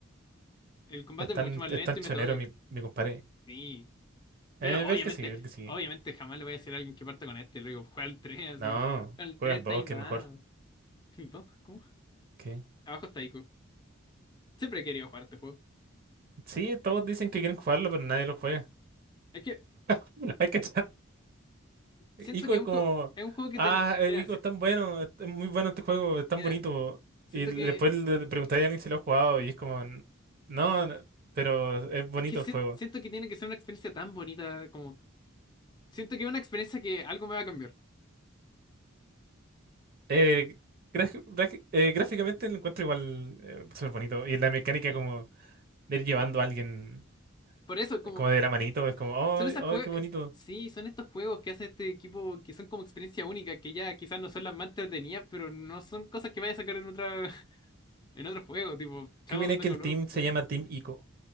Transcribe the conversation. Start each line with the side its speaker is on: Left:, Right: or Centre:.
Left: El combate
Right: es
Left: es
Right: tan,
Left: mucho más
Right: es
Left: lento
Right: tan chonero
Left: y metódico.
Right: mi, mi compadre.
Left: Sí. Pero
Right: Eh,
Left: obviamente,
Right: ve el que sigue, ve el que sigue.
Left: obviamente jamás le voy a decir a alguien que parta con este. Le digo, juega al 3
Right: No,
Left: así. Con el
Right: juega
Left: 3
Right: el
Left: estáis
Right: 2, que
Left: dado.
Right: es mejor.
Left: <laughs> ¿No? ¿Cómo?
Right: ¿Qué?
Left: Abajo está Ico. Siempre he querido jugar este juego.
Right: Sí, todos dicen que quieren jugarlo, pero nadie lo juega.
Left: Es que
Right: <laughs> hay que
Left: siento
Right: Ico
Left: que
Right: es
Left: es un
Right: como,
Left: juego, es un juego que
Right: ah,
Left: tenía. Mira,
Right: eh, Ico
Left: si-
Right: es tan bueno, es es muy bueno este juego, es tan
Left: mira,
Right: bonito.
Left: siento
Right: Y l-
Left: que.
Right: después le le preguntaría a alguien si lo ha jugado y es como, "N- no, no, pero es bonito
Left: Es que si-
Right: el juego.
Left: siento que tiene que ser una experiencia tan bonita como. Siento que es una experiencia que algo me va a cambiar.
Right: Eh, graf- graf- eh, gráficamente lo encuentro igual eh, súper bonito. Y la mecánica
Left: Sí.
Right: como de ir llevando a alguien
Left: Por eso, como.
Right: como de la manito, es como, oh,
Left: Son esas juegos.
Right: oh, qué bonito.
Left: Sí, son estos juegos que hace este equipo que son como experiencia única, que ya quizás no son las más entretenidas, pero no son cosas que vaya a sacar en otra, <laughs> en otro juego, tipo Shadow
Right: Qué viene
Left: de
Right: que
Left: Colossus,
Right: el team
Left: como-
Right: se llama Team Ico.